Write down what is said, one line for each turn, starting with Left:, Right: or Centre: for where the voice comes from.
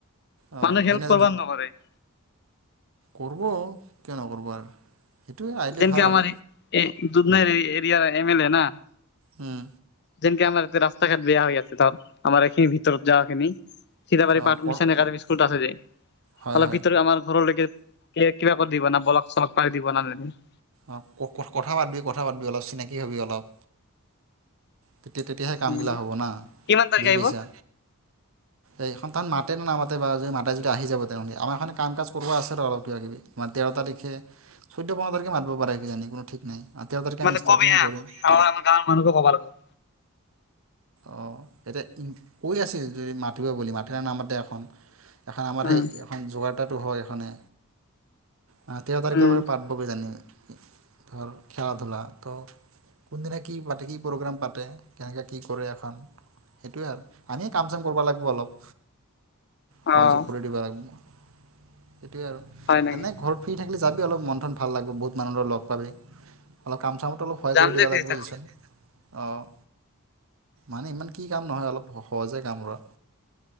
Right: অঁ
Left: মানুহ হেল্প
Right: সেইদিনা
Left: <unintelligible> নকৰে। <inaudible>
Right: ক'ৰব কিয় নক'ৰব আৰু। সেইটোৱে আহিলে
Left: তেনেকে
Right: ভাল
Left: আমাৰ
Right: আৰু
Left: এ যোনটো এৰিয়াৰ এম এল না।
Right: উম।
Left: যেনকে আমাৰ ইতে ৰাস্তা ঘাট বেয়া হৈ আছে ধৰ আমাৰ এইখিনি ভিতৰত যাখিনি। সীতাবাৰী
Right: অঁ
Left: পাঠ মিছন একাডেমী স্কুলতো আছে যে
Right: হয়
Left: অলপ
Right: হয়
Left: ভিতৰত আমাৰ ঘৰৰলৈকে কিবা কৰি দি বনাব <unintelligible>
Right: অ', ক-কথা পাতবি কথা পাতবি অলপ চিনাকি হবি অলপ। তেতিয়া তেতিয়াহে কামগিলা
Left: উম।
Right: হ'ব না
Left: কিমান তাৰিখে
Right: বুজি
Left: আহিব
Right: পাইছা এই। তাত মাতে নামাতে বা যদি মাতে যদি যাব তেনেহ'লে আমাৰ এনে কাম কাজ কৰিবা আছে আৰু অলপ কিবা কিবি। তেৰ তাৰিখ খে চৈধ্য পোন্ধ তাৰিখে মাতিব পাৰে কি জানি কোনো ঠিক নাই। তেৰ তাৰিখে
Left: মানে
Right: আমি ষ্টাৰ্টিংহে
Left: কবি হা
Right: কৰিম
Left: আৰু আমাৰ গাঁৱৰ মানুহো ক'বা লাগবো।
Right: অ', এতিয়া কৈ আছিল যে মাতিব বুলি মাতে বা নামতে আকৌ। এখন আমাৰ
Left: উম,
Right: সেই এখন যোৱাৰ তাটো হয় এখনে। আহ তেৰ তাৰিখৰ
Left: উম।
Right: পৰা পাতব কি জানি ধৰ খেলা ধূলা। ত' কোনদিনা কি পাতে কি প্ৰ'গ্ৰেম পাতে কেনেকে কি কৰে এখন সেইটোৱে আৰু আমিয়ে কাম চাম কৰিব লাগিব অলপ। সহযোগ
Left: অ'
Right: কৰি দিবা লাগিব। সেইটোয়ে আৰু
Left: হয় নেকি
Right: এনেই ঘৰ ফ্ৰী থাকিলে যাবি অলপ মন চন ভাল লাগিব বহুত মানুহৰ লগ পাবি। অলপ কাম চাম অলপ সহায়
Left: যাম
Right: কৰি
Left: দে
Right: দিবা
Left: ফ্ৰী
Right: লাগিব
Left: থাকিলে।
Right: বুজছি অ' মানে ইমান কি কাম নহয় অলপ সহজে কাম ধৰ।